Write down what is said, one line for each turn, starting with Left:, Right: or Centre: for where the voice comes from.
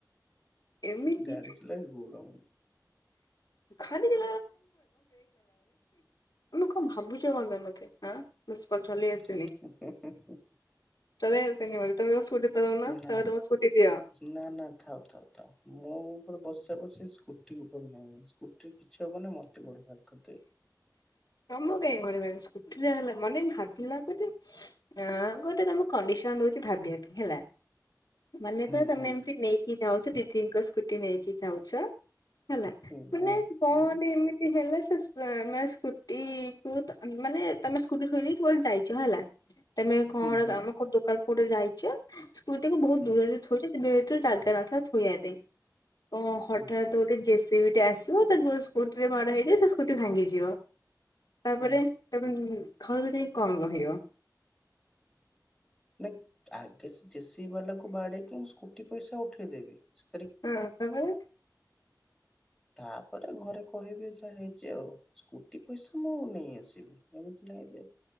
Left: ଏମିତି
Centre: ଗାଡ଼ି ଚଲେଇବା ଗୋଡ଼
Left: <unintelligible> ଆମକୁ କଣ ଭାବୁଚ କଣ ମତେ ଚଲେଇ ଆସିନି
Centre: <inaudible>
Left: ଚଲେଇ ଆସିନି ବୋଧେ ତମେ ତମ ସ୍କୁଟି ଟା ଦୋଉନ
Centre: ନା
Left: ତମେ ତମ ସ୍କୁଟି ଦିଅ
Centre: ନା ନା ଥାଉ ଥାଉ ଥାଉ ମୋ ଉପରେ ବସିଯା ପଛେ ସ୍କୁଟି ଉପରେ ନାଇ ବସ ସ୍କୁଟରେ କିଛି ହବନି ମୋତେ ଘରୁ ବାହାର କରିଦେବେ।
Left: ତମ ପାଇଁ ଘରେ ସ୍କୁଟିରେ ହେଲା ମନେ ଭାବିଲା ପରେ ନା ଗୋଟେ ତମକୁ କଣ୍ଡିସନ ଦୋଉଚି ଭାବିବା ପାଇଁ ହେଲା ମନେ
Centre: ହୁଁ
Left: କ ତମେ
Centre: ହୁଁ
Left: ଏମିତି ନେଇକି ଯାଉଛ ଦିଦିଙ୍କ ସ୍କୁଟି ନେଇକି ଯାଉଛ ହେଲା
Centre: ହୁଁ
Left: ମାନେ
Centre: ହୁଁ
Left: କଣ ଗୋଟେ
Centre: ହୁଁ
Left: ଏମି ହେଲେ ମାନେ ସ୍କୁଟିକୁ ମାନେ ତମେ ସ୍କୁଟି ଥୋଇ କୁଆଡେ ଯାଇଚ ହେଲା ତମେ କଣ
Centre: ହୁଁ ହୁଁ
Left: କାମ କୋଉ ଦୋକାନ କୁ ଗୋଟେ ଯାଇଚ ସ୍କୁଟିକୁ ବହୁତ
Centre: ହୁଁ
Left: ଦୂରରେ ଥୋଇଚି ସେ ଭିତରେ ଜାଗା ନଥିବ ଥୋଇବା ପାଇଁ ଓ ହଠାଥ
Centre: ହୁଁ
Left: ଗୋଟେ ଜେସିବି ଟେ ଆସିବ ତାକୁ ସ୍କୁଟିରେ ମାଡ଼ ହେଇଯିବ ସେ ଶୋ ଫୁଟି ଭାଙ୍ଗିଯିବ ତାପରେ
Centre: ହୁଁ।
Left: ତାପରେ ଘରକୁ ଯାଇ କଣ କହିବ?
Centre: ନାଇଁ ଆଗେ ଜେସିିବି ବାଲାକୁ ବାଡେଇକି ମୁଁ ସ୍କୁଟି ପଇସା ଉଠେଇଦେବି ସେ
Left: ହଁ ତାପରେ
Centre: ତାପରେ ଘରେ କହିବି ଯାହା ହେଇଚି ଆଉ। ସ୍କୁଟି ପଇସା ମୁଁ ନେଇ ଆସିବି ଏମିତି ନାଇଁ ଯେ